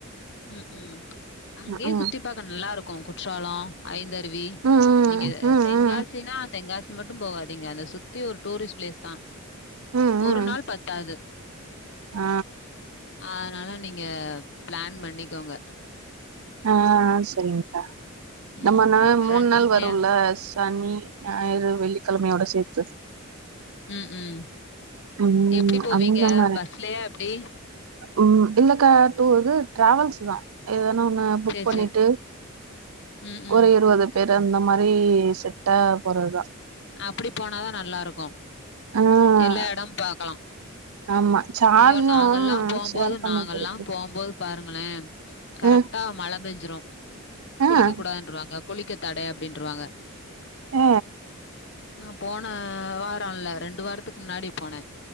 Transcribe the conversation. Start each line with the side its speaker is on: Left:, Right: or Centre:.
Left: ம்ஹூம் அங்கேயே
Right: ம்
Left: சுத்தி பாக்க நல்லாருக்கு குற்றாலோ ஐந்தருவி
Right: ம் ம்
Left: நீங்க
Right: ம்
Left: தெங்காசினா
Right: ம்
Left: தென்காசி மட்டு போகாதீங்க அத சுத்தி ஒரு டூரிஸ்ட் பிளேஸ் தா
Right: ம்
Left: ஒரு
Right: ம்
Left: நாள் பத்தாது
Right: ஆ
Left: அதனால நீங்க பிளான் பண்ணிக்கோங்க
Right: அ அ அ சரிங்கா
Left: ம்
Right: நம்ம ந
Left: ஃப்ரெண்ட்லியா
Right: மூன் நாள் வருல சனி ஞாயிறு வெள்ளிக்கெழமையோட சேத்து
Left: ம் ம்
Right: ம்
Left: எப்டி போவீங்க
Right: அந்த மாரி
Left: பஸ்லயா எப்டி
Right: ம் இல்லக்கா டூ இது டிராவல்ஸ் தா எதனா ஒன்னு புக்
Left: சேரி
Right: பண்ணிட்டு
Left: சேரி ம் ம்
Right: ஒரு இருவது பேரு அந்த மாரி செட்டா போறதுதா
Left: அப்படி போனாதா நல்லா இருக்கு
Right: ஆ
Left: எல்லா எடம் பாக்கலா
Right: ஆமா சார்ஜும்
Left: ஐயோ நாங்கலெல்லா போம்போது
Right: ஷேர் பண்ணிக்கிறதுக்கு
Left: நாங்கல்லா போம்போது பாருங்களே கரெக்டா
Right: ம்
Left: மழ பெஞ்சுரு
Right: ம்
Left: குளிக்க கூடாதுன்றவாங்க குளிக்க தட அப்டின்றுவாங்க
Right: அ
Left: நா போன வாரோல ரெண்டு வாரத்துக்கு முன்னாடி போனே